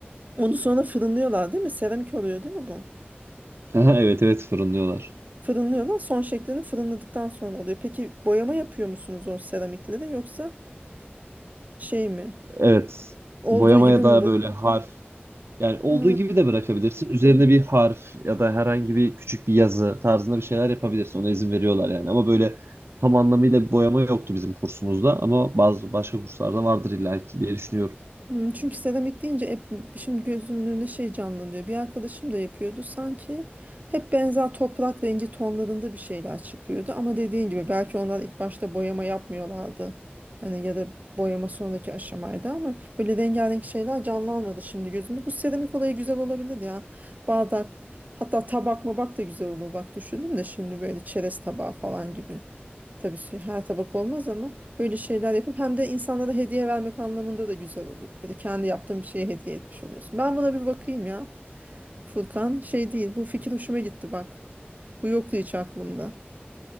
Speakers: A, on the right; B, on the right.
A: onu sonra fırınlıyorlar değil mi? Seramik oluyor değil mi bu?
B: <laughs> Evet evet fırınlıyorlar.
A: Fırınlıyorlar. Son şeklini fırınladıktan sonra oluyor. Peki boyama yapıyor musunuz o seramikleri yoksa şey mi?
B: Evet.
A: Olduğu
B: Boyamaya
A: gibi mi
B: da
A: bu?
B: böyle harf yani olduğu
A: Ha.
B: gibi de bırakabilirsin. Üzerine bir harf ya da herhangi bir küçük bir yazı tarzında bir şeyler yapabilirsin. Ona izin veriyorlar yani. Ama böyle tam anlamıyla bir boyama yoktu bizim kursumuzda ama bazı başka kurslarda vardır illaki diye düşünüyorum.
A: Hmm, Çünkü seramik deyince hep şimdi gözümün önüne şey canlanıyor. Bir arkadaşım da yapıyordu. Sanki hep benzer toprak rengi tonlarında bir şeyler çıkıyordu. Ama dediğin gibi belki onlar ilk başta boyama yapmıyorlardı. Hani ya da boyama sonraki aşamaydı ama böyle rengarenk şeyler canlanmadı şimdi gözümde. Bu seramik olayı güzel olabilir ya. Bardak hatta tabak mı bak da güzel olur bak düşündüm de şimdi böyle çerez tabağı falan gibi. Tabii şey, her tabak olmaz ama böyle şeyler yapıp hem de insanlara hediye vermek anlamında da güzel olur. Böyle kendi yaptığın bir şeye hediye etmiş oluyorsun. Ben buna bir bakayım ya. Furkan şey değil bu fikir hoşuma gitti bak. Bu yoktu hiç aklımda.